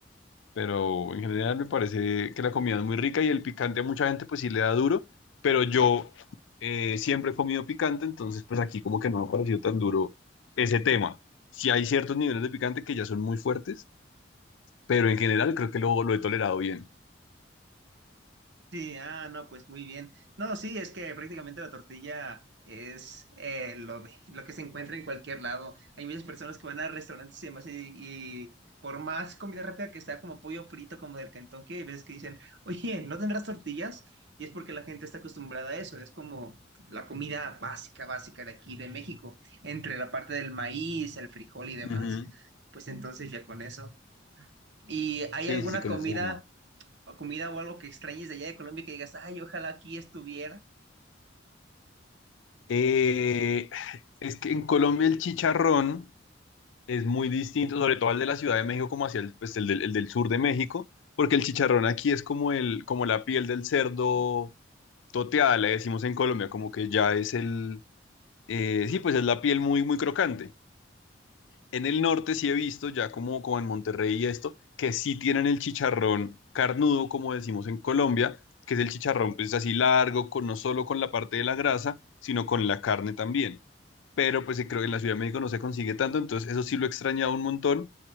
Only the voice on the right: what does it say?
Sí, ah, no, pues muy bien. No, sí, es que prácticamente la tortilla es eh, lo de, lo que se encuentra en cualquier lado. Hay muchas personas que van a restaurantes y demás y, y por más comida rápida que sea, como pollo frito, como del Kentucky, hay veces que dicen, oye, ¿no tendrás tortillas? Y es porque la gente está acostumbrada a eso. Es como la comida básica, básica de aquí, de México, entre la parte del maíz, el frijol y demás.
Pues entonces ya con eso. ¿Y hay
alguna
comida?
o comida o algo que extrañes de allá de Colombia que digas, ay, ojalá aquí estuviera?